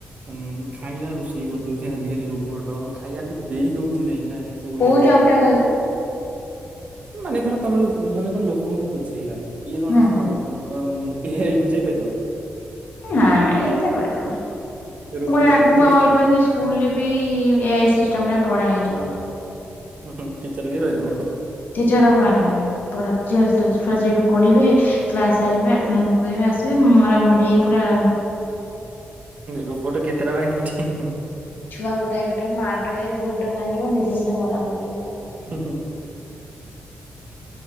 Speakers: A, on the right; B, on the left.
A: ଉ ଖାଇବା ରୋଷେଇ କରିଦଉଛି ଆଜିକାଲି ରୋବଟ ଖାଇବା ବି ଦେଇ ଦଉଛି ଯାଇକିନା ଏସବୁ
B: କୋଉ
A: ଏମିତି
B: ଜବ୍ ଟା କହିଲ?
A: ମାନେକର ତମେ ମନେକର ଲୋକଙ୍କୁ ବୁଝେଇବା ଇଏ କଣ
B: ହୁଁ ହୁଁ।
A: ଅ ଏ ଆଇ ବୁଝେଇ ପାରିବ।
B: ନା ନା ଏଇଟା କରି
A: ରୋବଟ
B: ମୁଁ ଆଗକୁ
A: ବୁଝିବ
B: ଆଉ ଅଳ୍ପ ଦିନ ସ୍କୁଲରେ ବି ଏଇ ସି ଚମେ ପଡା ହେଇଯିବ।
A: ହଁ ଟିଚର ବି ରହିଗଲ।
B: ଟିଚର ଆଉ କୁଆଡେ ରହିବେ <unintelligible> ଛୁଆ ସେଠି ପଢିବେ କ୍ଲାସ ସାରିବେ ଆଟନାଶ ପକେଇବେ ଆସିବେ। ସିଏ ମରାମରି ହେଇ ପୁରା
A: ରବୋଟ କେତେଟା ଭାଙ୍ଗି ଉଠି
B: ଛୁଆ ଗୋଟାଏ ଗୋଟାଏ ମାଡ ଖାଇ ଗୋଡ ଭାଙ୍ଗିବ ନିଜେ ନିଜେ ମରା ମରି ହେଇଗଲା।
A: ହୁଁ ହୁଁ।